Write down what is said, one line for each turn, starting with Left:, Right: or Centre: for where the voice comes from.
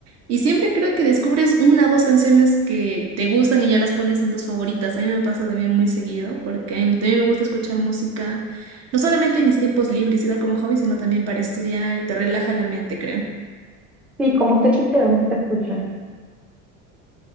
Right: y siempre creo que descubres una o dos canciones que te gustan y ya las pones en tus favoritas. A mí me pasa también muy seguido porque a mí también me gusta escuchar música, no solamente en mis tiempos libres y tal como hobby, sino también para estudiar y te relaja la mente, creo.
Centre: Sí, como qué tipo de música escuchas?